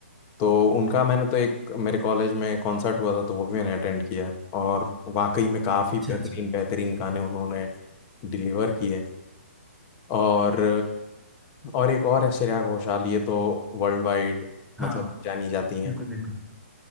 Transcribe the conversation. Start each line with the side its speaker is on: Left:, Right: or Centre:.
Left: तो उनका मैंने तो एक मेरे कॉलेज में कॉन्सर्ट हुआ था तो वो भी मैंने अटेंड किया और वाकई में काफ़ी
Centre: अच्छा
Left: बेहतरीन
Centre: अच्छा
Left: बेहतरीन गाने उन्होंने डिलीवर किए और और एक और है श्रेया घोषाल ये तो वर्ल्ड वाइड
Centre: हाँ
Left: मतलब जानी जाती हैं
Centre: बिल्कुल बिल्कुल